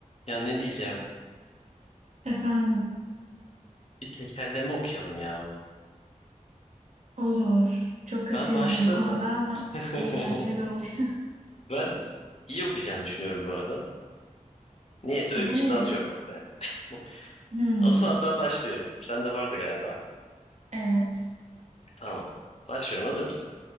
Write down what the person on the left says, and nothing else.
Ya ne diyeceğim?
Bir tekerleme okuyalım yahu.
Ben başladım.
<laughs>
Ben iyi okuyacağını düşünüyorum bu arada. Neyse
öyle
bir iddia atıyorum ortaya. <laughs>
O zaman ben başlıyorum. Sende vardı galiba.
Tamam. Başlıyorum hazır mısın?